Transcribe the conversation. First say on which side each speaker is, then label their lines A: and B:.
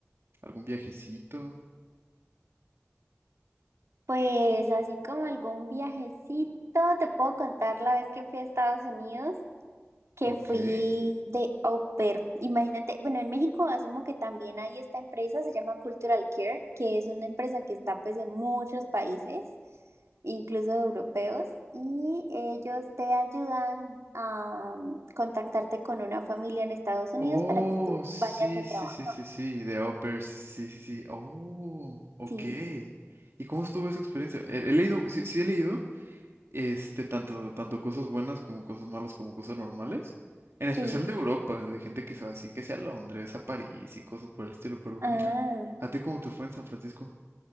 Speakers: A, on the right (about 60°); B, on the right (about 75°).
A: ¿Algún viajecito?
B: Pues así como algún viajecito, te puedo contar la vez que fui a Estados Unidos. que
A: Ok.
B: fui de au pair. Imagínate, bueno, en México asumo que también hay esta empresa, se llama Cultural Care, que es una empresa que está pues en muchos países, incluso europeos, y ellos te ayudan a mm, contactarte con una familia en Estados Unidos
A: Oh,
B: para que tú Ah.
A: sí,
B: vayas a
A: sí,
B: trabajar.
A: sí, sí, sí, de au pair, sí, sí, sí, sí, sí. Oh, ok.
B: Sí,
A: ¿Y cómo estuvo esa experiencia? He, he leído, sí, sí he leído este, tanto, tanto cosas buenas como cosas malas como cosas normales. En especial
B: sí.
A: de Europa, de gente que se va así, que sea a Londres, a París y cosas por el estilo. Pero
B: Ah,
A: mira, ¿a ti cómo te fue en San Francisco?